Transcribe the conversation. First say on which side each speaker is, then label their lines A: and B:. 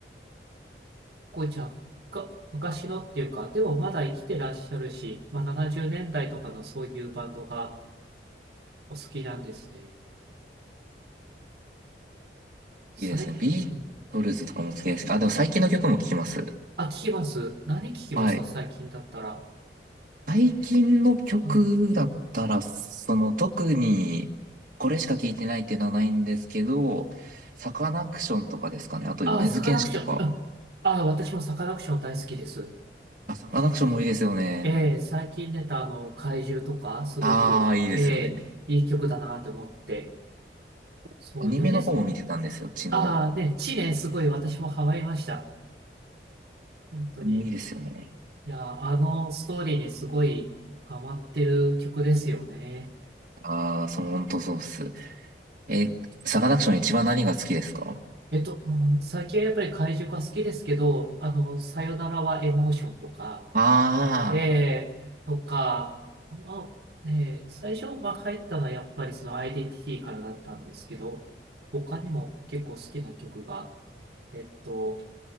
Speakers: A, on the right; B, on the right.
A: 構じゃあ、が昔のっていうか、でもまだ生きてらっしゃるし、まあ、70年代とかのそういうバンドがお好きなんですね。さい、
B: いいですね。ビートルズとかも好きですし。
A: うん。
B: あ、でも最近の曲も聴きます。
A: あ、聞きます。何聞きますか、
B: はい。
A: 最近だったら。
B: 最近の曲だったら、
A: うん、
B: その特にこれしか聴いてないっていうのはないんですけど、サカナクションとかですかね。あと米津玄師とか。
A: あ、サカナクション。うん。あ、私もサカナクション大好きです。
B: あ、サカナクションもいいですよね。
A: ええ、最近出たあの、怪獣とか、すごく、
B: ああ、いいですよね。
A: ええ、いい曲だなって思って。そう、
B: アニメの方も見てたんですよ、
A: 米津も。
B: 血の。
A: ああ、ね、地ね、すごい私もハマりました。本当に。
B: もういいですよね。
A: いや、あのストーリーにすごいハマってる曲ですよね。
B: ああ、そう、ほんとそうっす。え、サカナクション一番何が好きですか
A: えっと、うん最近はやっぱり怪獣が好きですけど、あの、さよならはエモーションとか、
B: ああー、
A: えー、とか、まあ、えー最初、まあ、入ったのはやっぱりそのアイデンティティからだったんですけど、他にも結構好きな曲が、えっと、